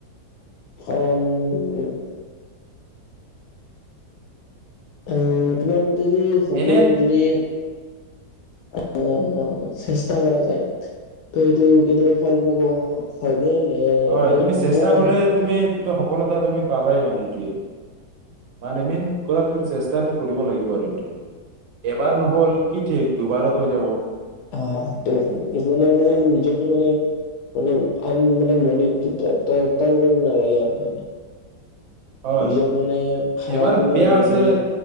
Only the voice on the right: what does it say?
এনে
হয়
তুমি
চেষ্টা
কৰিলে তুমি এইটো সফলতা তুমি পাবাই মানে এইটোৱে <unintelligible> তুমি চেষ্টাটো কৰিব লাগিব, আৰু এইটো এবাৰ নহ'ল কি ঠিক দুবাৰত হৈ যাব।
হয়,
এবাৰ
বেয়া
হৈছে